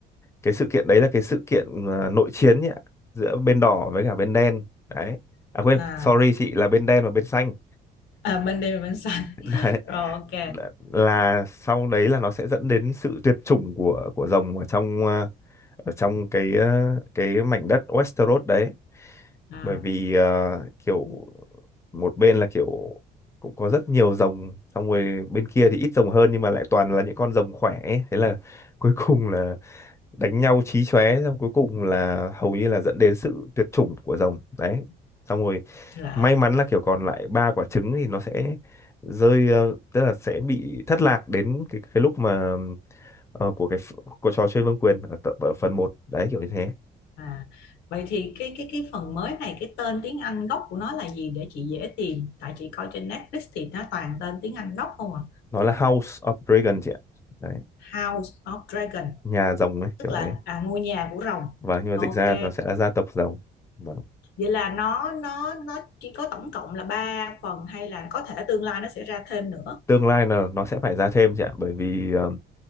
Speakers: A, on the left; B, on the left.
A: cái sự kiện đấy là cái sự kiện ờ, nội chiến nhỉ giữa bên đỏ với cả bên đen. Đấy. À quên,
B: à
A: sorry chị là bên đen và bên xanh
B: à bên đây là bên xanh
A: đấy
B: rồi ok
A: là, là sau đấy là nó sẽ dẫn đến sự tuyệt chủng của của rồng ở trong ờ, ở trong cái ờ, cái mảnh đất Westeros đấy
B: à
A: bởi vì ờ, kiểu một bên là kiểu cũng có rất nhiều rồng xong rồi bên kia thì ít rồng hơn nhưng mà lại toàn là những con rồng khỏe ấy. Thế là <laughs> cuối cùng là đánh nhau chí chóe xong cuối cùng là hầu như là dẫn đến sự tuyệt chủng của rồng đấy xong rồi
B: là
A: may mắn là kiểu còn lại ba quả trứng thì nó sẽ rơi ờ, tức là sẽ bị thất lạc đến cái cái lúc mà ờ, của cái ph- của trò chơi vương quyền ở, tập- ở phần một đấy kiểu như thế
B: À, vậy thì cái cái cái phần mới này cái tên tiếng Anh gốc của nó là gì để chị dễ tìm? Tại chị coi trên Netflix thì nó toàn tên tiếng Anh gốc không à?
A: nó là House of Dragon chị ạ đấy
B: House of Dragon,
A: nhà rồng ấy
B: tức
A: kiểu
B: là
A: đấy
B: à, ngôi nhà của rồng.
A: và nhưng mà
B: Ok.
A: dịch ra nó sẽ là gia tộc rồng Vâng.
B: Vậy là nó nó nó chỉ có tổng cộng là 3 phần hay là có thể tương lai nó sẽ ra thêm nữa,
A: tương lai là nó sẽ phải ra thêm chị ạ bởi vì ờ,